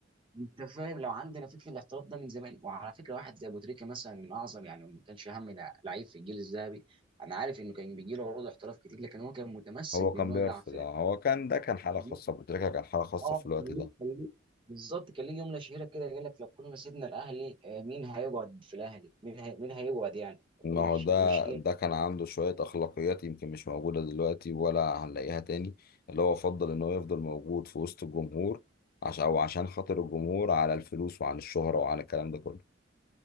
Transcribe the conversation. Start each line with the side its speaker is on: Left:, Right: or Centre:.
Right: انت فاهم لو عندنا فكره الاحتراف ده من زمان وعلى فكره واحد زي ابو تريكه مثلا من اعظم يعني ما كانش اهم لع- لعيب في الجيل الذهبي انا عارف انه كان بيجي له عروض احتراف كتير لكن هو كان متمسك
Left: هو
Right: بانه
Left: كان بيرفض
Right: يلعب في
Left: آه. هو كان ده كان حاله
Right: الاهلي
Left: خاصه بتركيا كان حاله خاصه
Right: اه
Left: في الوقت
Right: كان
Left: ده
Right: ليه كان ليه- بالظبط كان ليه جمله شهيره كده قال لك لو كنا سيبنا الاهلي آه، مين هيقعد في الاهلي مين هي... مين هيقعد يعني لو
Left: ما
Right: كنا
Left: هو
Right: مش
Left: ده
Right: مش
Left: ده كان عنده شوية أخلاقيات يمكن مش موجودة دلوقتي ولا هنلاقيها تاني اللي هو فضل إن هو يفضل موجود في وسط الجمهور عشان أو عشان خاطر الجمهور على الفلوس وعن الشهرة وعن الكلام ده كله